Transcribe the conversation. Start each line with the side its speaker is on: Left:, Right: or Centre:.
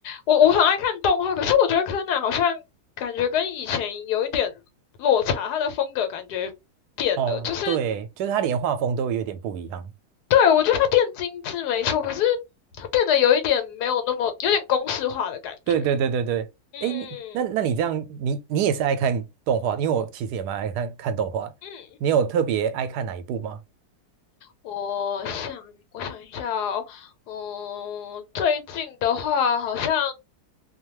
Left: 我我很爱看动画，可是我觉得柯南好像感觉跟以前有一点落差，他的风格感觉变了，
Right: 哦，
Left: 就是
Right: 对，就是他连画风都有点不一样。
Left: 对我觉得他变精致没错，可是他变得有一点没有那么有点公式化的感觉。
Right: 对对对对对，
Left: 嗯
Right: 哎，那那你这样，你你也是爱看动画的因为我其实也蛮爱看看动画。
Left: 嗯。
Right: 你有特别爱看哪一部吗？
Left: 我想，我想一下哦，嗯，最近的话好像